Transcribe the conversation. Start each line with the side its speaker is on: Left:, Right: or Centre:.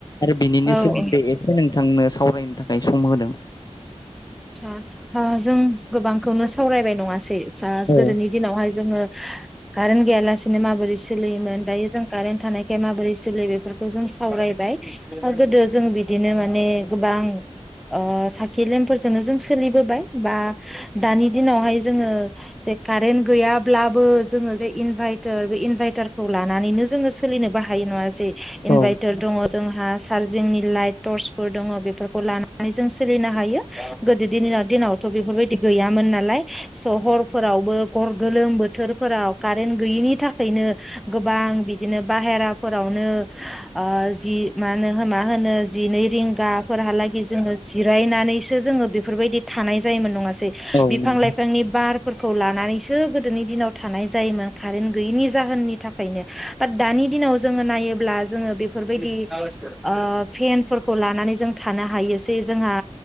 Left: आरो बिनिनो
Centre: औ
Left: सोमोन्दै
Centre: औ
Left: एसे नोंथांनो सावरायनो थाखाय सम होदों
Centre: ओ जों गोबांखौनो सावरायबाय नङासै
Left: औ
Centre: गोदोनि दिनावहाय जोङो कारेन गैयालासिनो माबोरै सोलियोमोन दायो जों कारेन थानाय माबोरै सोलि बेफोरखौ जों सावरायबाय आरो गोदो जों बिदिनो माने गोबां ओ सा लेमफोरजोंनो जों सोलिबोबाय बा दानि दिनावहाय जोङो जे कारेन्ट गैया जोङो जे इनभायटार बे इनभायटारखौ लानानैनो जोङो सोलिनोबो हायो नङासै
Left: औ
Centre: इनभायटार दङ जोंहा चार्जिंनि लाइट टर्चफोर दङ बेफोरखौ लानानै जों सोलिनो। थायो दिनावथ' बेफोरबायदि गैयामोन नालाय स 'हरफोरावबो <unintelligible> गोलोम बोथोरफोराव कारेन्ट गैयिनि थाखायनो गोबां बिदिनो बाहेराफोरावनो ओ जि मा होनो मा होनो जिनै रिंगाफोरहालागै जोङो जिरायनानै नैसो जोङो बेफोरबादि थानाय जायोमोन नङासै
Left: औ
Centre: बिफां
Left: नंगौ
Centre: लाइफांनि बार फोरखौ लानानैसो गोदोनि दिनाव थानाय जायोमोन कारेन्ट गैयैनि जाहोननि थाखायनो बाट दानि दिनाव जोङो नायोब्ला जोङो बेफोरबायदि ओ फेनफोरखौ लानानै जों थानो हायो। बेसै जोंहा